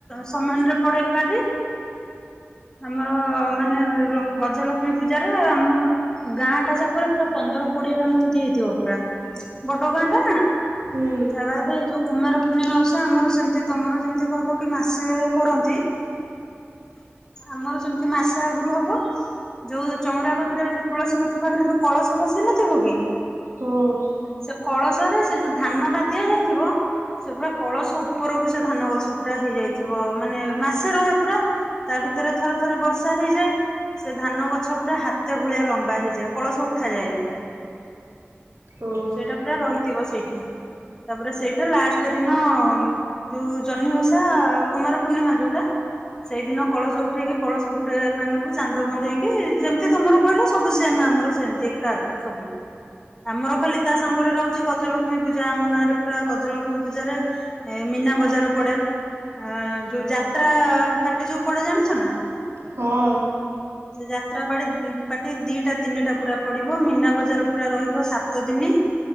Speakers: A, on the left; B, on the right.
A: ସମାନ ରେ ପଡେ ଏକାଠି। ଆମର ମାନେ ଗଜଲକ୍ଷ୍ମୀ ପୂଜାରେ ଆମ ଗାଁ ଟା ଯାକରେ ପୁରା ପନ୍ଦର କୋଡିଏ ଟା ମୂର୍ତ୍ତି ହେଇଥିବ ପୁରା। ବଡ ଗାଁ ଟା। ନା।
B: ହୁଁ
A: ତା ବାଦ ଏଇ ଯୋଉ କୁମାର ପୂର୍ଣ୍ଣିମା ବବସା ଆମର ସେମତି ତମର ଯେମିତି କହିଲ କି ମାସେ କରନ୍ତି। ଆମର ସେମିତି ମାସ ଆଗୁରୁ ହବ। ଯୋଉ ଚଉରା କତିରେ ଯୋଉ ତୁଳସୀ ଗଛ ପାଖରେ ଯୋଉ କଳସ ବ ସେ ନଥିବ କି।
B: ହଁ।
A: ସେ କଳସ ରେ ସେ ଯୋଉ ଧାନ ଟା ଦିଆଯାଇଥିବ। ସେ ପୁରା କଳସ ଉପରକୁ ସେ ଧାନ ଗଛ ପୁରା ହେଇଯାଇଥିବ ମାନେ ମାସେ ରହେ ପୁରା। ତା ଭିତରେ ଥରେ ଥରେ ବର୍ଷା ହେଇଯାଏ। ସେ ଧାନ ଗଛ ପୁରା ହାତେ ଭଳିଆ ଲମ୍ବା ହେଇଯାଏ କଳସ ଉଠାଯାଏନି।
B: ହଁ
A: ସେଇଟା ପୁରା ରହିଥିବ ସେଇଠି। ତାପରେ ସେଇଟା ଲାଷ୍ଟ ଦିନ ଉଁ ଯୋଉ ଜହ୍ନି ଓଷା କୁମାର ପୂର୍ଣ୍ଣିମା ଯୋଉଟା ସେଇଦିନ କଳସ ଉଠେଇକି କଳସ ବୁଡେଇବା ପାଇଁ ନବୁ ଚାନ୍ଦ ବନ୍ଦେଇକି ଯେମିତି ତମର କହିଲ ସବୁ ସ୍ ଦିନ୍ ଆମର ସେନ୍ତି ଏକା ସବୁ ଆମର ଖାଲି ତା ସାଙ୍ଗରେ ରହୁ ଚି ଗଜଲକ୍ଷ୍ମୀ ପୂଜା ଆମ ଗାଁରେ ପୁରା ଗଜଲକ୍ଷ୍ମୀ ପୂଜାରେ ଏ ମୀନା ବଜାର ପଡେ। ଆ ଯୋଉ ଯାତ୍ରା ପାର୍ଟି ଯୋଉ ପଡେ ଜାଣିଛ ନା।
B: ହଁ।
A: ସେ ଯାତ୍ରା ପାଟି ଉଁ ପାର୍ଟି ଦିଟା ତିନିଟା ପୁରା ପଡିବ ମୀନା ବଜାର ପୁରା ରହିବ ସାତ ଦିନି।